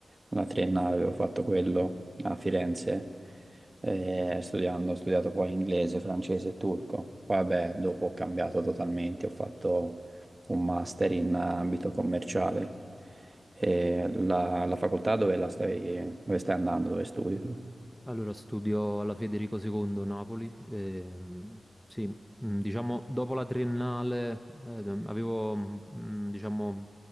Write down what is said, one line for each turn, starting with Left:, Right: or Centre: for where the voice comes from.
Right: una triennale avevo fatto quello a Firenze, eh, studiando, ho studiato poi inglese, francese e turco. Poi vabbè, dopo ho cambiato totalmente, ho fatto un master in ambito commerciale. E la, la facoltà dove la stai, dove stai andando, dove studi tu?
Centre: Allora, studio alla Federico II Napoli. ehm, sì, mm, diciamo, dopo la triennale eh, d- avevo, mm, diciamo,